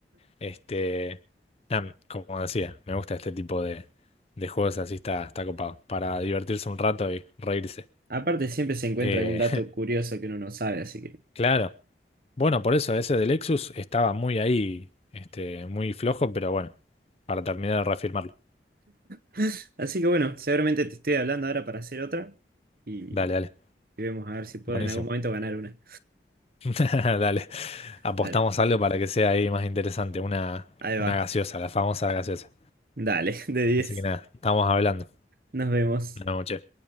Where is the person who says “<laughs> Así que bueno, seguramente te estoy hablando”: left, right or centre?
Right